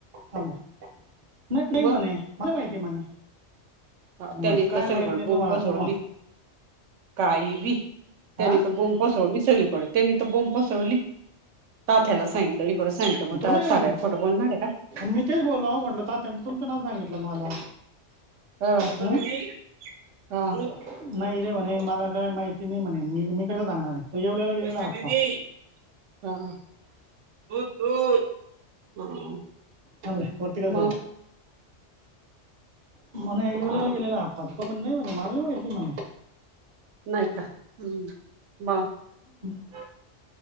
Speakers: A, on the right (about 50°); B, on the right (about 85°).
A: माहीत नाही
B: मग
A: म्हणे, मला माहिती म्हणे.
B: ह त्यानी
A: म्हट काय
B: तर सगळीकडे
A: माहित नाही
B: बोंब
A: तुम्हाला
B: पसरवली,
A: तुम
B: काहीही त्यानी
A: हा
B: त बोंब पसरवली, सगळीकडे त्यानी तर बोंब पसरवली, तात्याला सांगितलं मग
A: तो नाही म्हण
B: <unintelligible> खोटं बोलणार आहे का?
A: मी तेच बोलाव म्हटलं. तात्यानं तुमचं नाव सांगितलं मला.
B: होय,
A: हं?
B: हा.
A: नाही रे म्हणे, मला काय माहिती नाही म्हणे, मी मी कसं सांगणार. तो येवल्याला
B: <unintelligible>
A: गेलेला आप्पा
B: <unintelligible>
A: थांब रे वरती कर
B: मग?
A: थोडा म्हणे येवलेला
B: हा
A: गेलेला आप्पा, त म्हणे नाही म्हणे मला नाही माहिती म्हणे.
B: नाही का हम्म मग
A: <unintelligible>